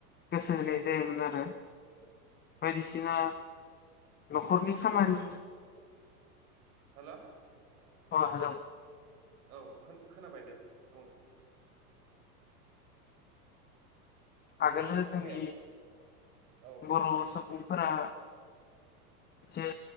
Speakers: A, on the left; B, on the right.
A: गोसो होनाय जायामोन आरो बायदिसिना न'खरनि
B: हेल'
A: खामानि
B: हेल'।
A: अ हेलौ'।
B: औ खोनाबाय दे बुं।
A: आगोलो जोंनि
B: बुं दे औ
A: बर' सुबुं फोरा एसे